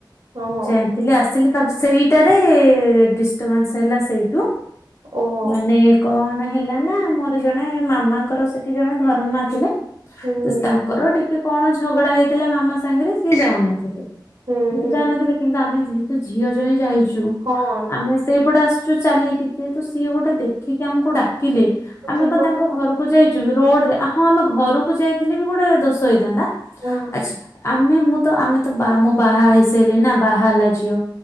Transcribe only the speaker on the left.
ଯାଇଥିଲି ଆସିଲି। ତାପରେ ସେଇଟାରେ ଡିଷ୍ଟର୍ବାନ୍ସ ହେଲା ସେଇଠୁ
ମାନେ କଣ? ନା ହେଲା ନା ମୋର ଜଣେ ମାମାଙ୍କର ସେଠି ଜଣେ ଧରମ ମାଆ ଥିଲେ।
ତସ୍ ତାଙ୍କର ଟିକେ କଣ? ଝଗଡା ହେଇଥିଲା ମାମା ସାଙ୍ଗରେ ସିଏ ଯାଉନଥିଲେ। କିନ୍ତୁ
ଜାଣିନଥିଲେ କିନ୍ତୁ ଆମେ ଯେହେତୁ ଝିଅ ଜ୍ୱାଇଁ ଯାଇଛୁ।
ଆମେ ସେଇପଟେ ଆସୁଛୁ ଚାଲିକି ଯେହେତୁ ସିଏ ଗୋଟେ ଦେଖିକି ଆମକୁ ଡାକିଲେ ଆମେ
କ ତାଙ୍କ
ଘରକୁ ଯାଇଛୁ ରୋଡରେ ହଁ ଆମେ ଘରକୁ ଯାଇ ଥିଲେ ବି ଗୋଟେ ଦୋଷ ହେଇଥାନ୍ତା।
ଆଚ୍ଛା ଆମେ ମୁଁ ତ ଆମେ ତ ବା ମୁଁ ବାହା ହେଇସାରିଲିଣି ନା ବାହା ହେଲା ଝିଅ